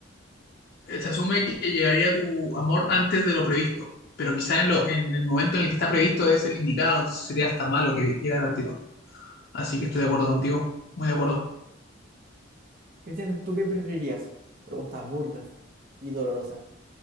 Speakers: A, on the left (about 50°); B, on the right (about 45°).
A: se asume que llegaría tu amor antes de lo previsto. Pero quizás en, lo- en el momento en el que está previsto es el indicado, entonces sería hasta malo que llegara al tiro. Así que estoy de acuerdo contigo, muy de acuerdo.
B: Cristian, ¿tú qué preferirías? Pregunta burda y dolorosa.